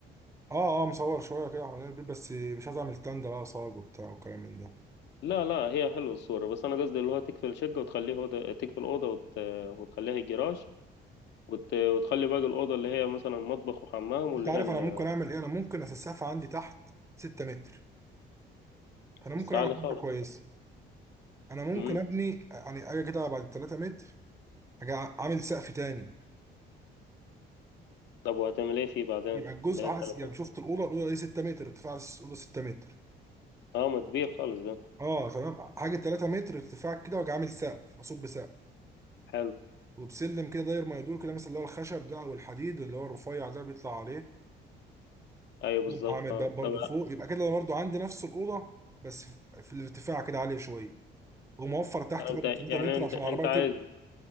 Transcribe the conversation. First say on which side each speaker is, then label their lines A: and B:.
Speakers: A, on the right; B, on the left.
A: اه اه مصور شويه كده حوالين البيت بس مش عايز اعمل تندة بقى صاج وبتاع وكلام من ده
B: لا لا هي حلوة الصورة بس أنا قصدي اللي هو تقفل شقة وتخليه أوضة تقفل أوضة وت... وتخليها الجراج وت... وتخلي باقي الأوضة اللي هي مثلا مطبخ وحمام
A: انت
B: واللي
A: عارف
B: هي ال-
A: انا ممكن اعمل ايه انا ممكن اسقف عندي تحت 6 متر فانا ممكن
B: الصالة
A: اعمل
B: خالص
A: حاجه كويسه انا ممكن
B: امم
A: ابني يعني اجي كده بعد 3 متر اجي عامل سقف تاني
B: طب وهتعمل إيه فيه بعدين
A: يبقى الجزء
B: اللي هي
A: عكس-
B: التلفون
A: يعني شفت الاوضه الاوضه دي 6 متر ارتفاع الاوضه 6 متر
B: أه ما كبير خالص ده
A: اه تمام حاجه 3 متر ارتفاع كده واجي عامل سقف اصب سقف
B: حلو
A: وبسلم كده داير ما يدور كده مثلا اللي هو الخشب ده او الحديد اللي هو الرفيع ده بيطلع عليه
B: أيوه بالظبط
A: يبقى عامل
B: أه
A: باب برضو
B: طب
A: فوق يبقى كده انا برضو عندي نفس الاوضه بس في في الارتفاع كده عاليه شويه وموفر تحت
B: أنت
A: برضو
B: يعني
A: 3 متر
B: أنت
A: عشان
B: أنت
A: العربيه
B: عايز
A: تركب